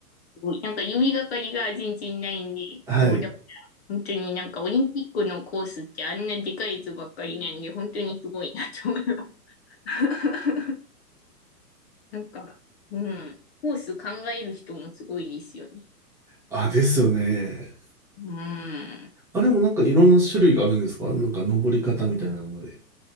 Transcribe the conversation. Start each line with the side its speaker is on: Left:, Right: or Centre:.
Left: すごいなんか、指がかりが全然ないんで、
Centre: <laughs> はい。
Left: そう、だから、本当になんか、オリンピックのコースってあんなでかいやつばっかりなんで、本当にすごいなと思います。<laughs> なんか、うん。コース考える人もすごいですよね。
Centre: あ、ですよね。
Left: うん。
Centre: あれもなんかいろんな種類があるんですかなんか登り方みたいなので。